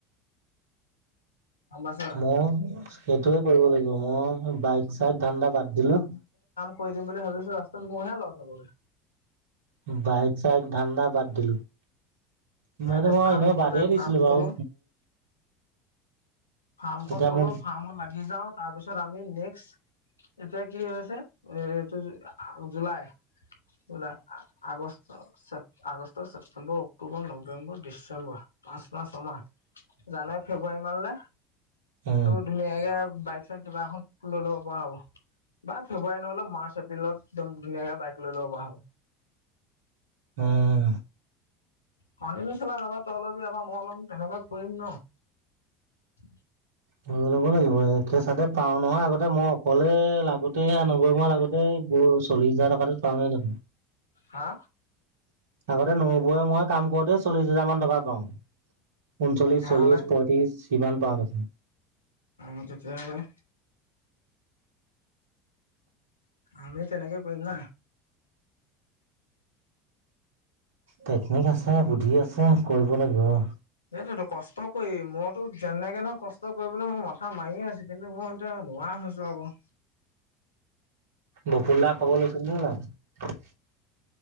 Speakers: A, on the left; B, on the right.
A: গম পাইছ নাই
B: মই সেইটোৱে কৰিব লাগিব মই বাইক -চাইক ধান্দা বাদ দিলো
A: কৈ দিম বুলি ভাবিছো ৰাস্তাত মইহে ল'চ হবগে।
B: বাইক -চাইক ধান্দা বাদ দিলো। মে মইতো
A: দে
B: ম'ই
A: ফাৰ্ম
B: এনে
A: মুঠতে
B: বাদেই দিছিলো
A: ফাৰ্ম খোলো
B: বাৰু
A: ফাৰ্মখন
B: তেতিয়া
A: খোলো
B: মোক
A: ফাৰ্মত লাগি যাওঁ তাৰপিছত আমি নেক্স এতিয়া কি হৈছে এ এইটো July July August, August, September, October, November, December পাঁচমাহ' ছঁমাহ জানুৱাৰী ফেব্ৰুৱাৰী মানলে
B: উম
A: ত ধুনীয়াকে বাইছে কিবা এখন লৈ ল'ব পৰা হ'ব বা ফেব্ৰুৱাৰী নহ'লেও মাৰ্চ এপ্ৰিলত একদম ধুনীয়াকে বাইক লৈ ল'ব পৰা হ'ব।
B: উম
A: কণ্টিনিউ চলাম এবাৰ তইলবি এবাৰ মই লম তেনেকুৱা কৰিম ন?
B: হৈ ল'ব লাগিবে একছচাতে পাওঁ নহয় আগতে মই অকলে লাগোতেহে আনোগৈ মই আগতে আ চল্লিশ হাজাৰ টকা পাওঁ নে দেখোন।
A: হা
B: আগতে নৌবই মই কাম কৰোতে চল্লিশ হাজাৰ মান টকা পাওঁ। ঊনচল্লিশ,
A: তেতিয়াহ'লে
B: চল্লিশ, পঁয়ত্ৰিছ সিমান পাওঁ দেখোন।
A: অটোতে হয় আমি তেনেকে কৰিম না
B: টেকনিক আছে বুদ্ধি আছে কৰিব লাগিব অ
A: সেইটোতো কষ্ট কৰি মইতো যেনেকে নহ কষ্ট কৰিবলৈ মোৰ মাথা মাৰিয়ে আছ কিন্তু মোৰ এয়া লোৱাছো আকৌ
B: বকুললা খবৰ লৈছিল ন নাই